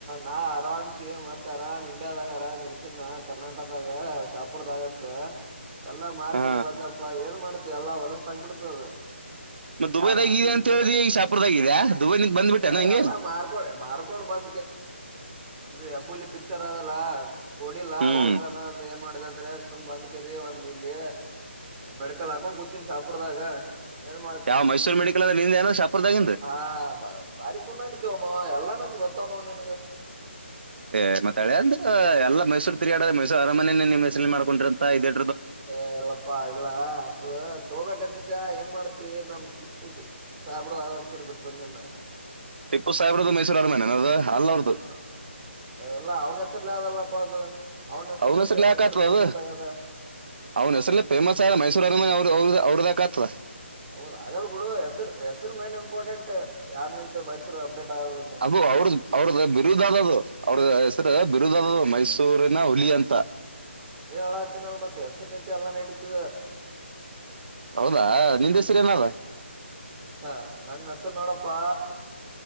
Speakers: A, on the right; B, on the right.
A: ನಾ. ರಾಮ್ ಸೇ ಮತ್ತೆ ಆರಾಮ ಇಂಡಿಯಾದಲ್ಲಿ ಆರಾಮ್ ಇದೆ ತಿನ್ನ ಕರ್ನಾಟಕದಾಗ ಶಾಪುರದಾಗ ಅಂತ. ಎಲ್ಲಾ ಮಾರ್ಕೆಟ್
B: ಹಾ
A: ಬಂದಪ್ಪ ಏನ್ ಮಾಡ್ತಿ ಎಲ್ಲಾ ಹೊಲಸ ಆಗಬಿಡ್ತದ.
B: ಮತ್ ದುಬೈದಾಗ
A: ಯಾರ್ ದೃಷ್ಟಿ
B: ಇದೆ
A: ಬಿತ್ತನ
B: ಅಂತ ಹೇಳಿದಿ ಈಗ ಶಾಪುರ್ದಾಗ ಇದ್ಯಾ ದುಬೈನಿಂದ ಬಂದ್ಬಿಟ್ಟೆನ
A: ಏ
B: ಹಂಗೆ
A: ಎಲ್ಲ ಮಾರ್ಕೊಳೆ ಮಾರ್ಕೊಂಡ್ ಬಂದ. ಹೆಬ್ಬುಲಿ ಪಿಚ್ಚರ್ ಇದೇನದು ಓದಿಲ್ಲ
B: ಹ್ಮ್
A: ಓಡಿ ಏನ್ ಮಾಡಿದೆ ಅಂದ್ರೆ ಸುಮ್ ಅಂದ್ ಕರಿ ಒಂದ್ ಇಲ್ಲಿ ಮೆಡಕಲ್ ಹಾಕೊಂಡ್ ಕುೂತಿನಿ ಶಾಪುರ್ದಾಗ. ಏನ್ ಮಾಡುತ್ತೆ
B: ಯಾವ ಮೈಸೂರ್ ಮೆಡಿಕಲ್ ಅದ ನಿಂದ ಏನೋ ಶಾಪುರ್ದಾಗಿಂದ
A: ಆ ಬ ಬಾರಿ ಕುಣಡಿದ್ದ. ಅಮ್ಮ ಎಲ್ಲ ನನ್ ಗೊತ್ತ ನೋ ನನ್ಗೆ.
B: ಏ್ ಮತ್ತಾಳೆ ಅಂದ್ರ ಎಲ್ಲ ಮೈಸೂರು ತಿಗಡ್ರ ಮೈಸೂರು ಅರಮನನೆೇ ನಿ್ ಮೈಸಲಿ ಮಾಡ್ಕೊಂಡಿ್ರಂತ ಇದದೆ.
A: ಏ ಎಲ್ಲಪ್ಪಾ ಇಲ್ಲ ಅಷ್ಟು. ತಗೋಬೇಕಕ್ಂದಿದ್ದ ಏನ್ ಮಾಡ್ತಿ ನಮ್ ಟಿಪ್ಪು ಸಾಬ್ರದ ಕೇಳಿ ಬಿಟ್ಟು ಬಂದೇನ್ ನಾ
B: ಟಿಪ್ಪು ಸಾಹೇಬರದು ಮೈಸೂರ ಅರಮನೆ ಅದು ಅಲ್ಲ ಅವ್ರದು
A: ಹಾ ಎಲ್ಲಾ ಅವ್ನ ಹೆಸರ್ಲಿ ಆದಲ್ಲಪ್ಪ ಅದು ಅವ್ನ ಹೆಸರಿನಿಂತೆ
B: ಅವನ ಹೆಸರ್ಲಿ
A: ಮೈಸೂರು
B: ಯಾಕತ್ವ
A: ಫೇಮಸ್
B: ಅದು
A: ಆಗ್ಯದ
B: ಅವ್ನ ಹೆಸರುಲಿ ಫೇಮಸ್ ಆ ಮೈಸೂರ ಅರಮನೆ ಅವ್ರದಕತ್ದ
A: ಹೌದ್ ಆಗಲ್ ಬಿಡು ಹೆಸರು ಹೆಸರು ಮೇನ್ ಇಂಪಾರ್ಟೆಂಟ್ ಯಾರ್ ನಿಂತ ಮೈಸರು ಅಪ್ಡೇಟ್ ಆಗದ ಅನ್ನೋದು
B: ಅದು ಅವ್ರ್ದ ಅವ್ರದ್ದ ಬಿರುದ ಅದು ಅವ್ರದ್ದ ಬಿರುದದು ಮೈಸೂರಿನ ಹುಡುಗಿಅಂತ
A: ಮತ್ತೆ ಮತ್ತೆ ಹೆಸರು ನಿಂತ ಎಲ್ಲ ನಡೀತದ
B: ಹೌದಾ ನಿಂದ ಹೆಸರ ಏನಾದ
A: ಹಾ ನನ್ ಹೆಸರು ನೋಡಪ್ಪಾ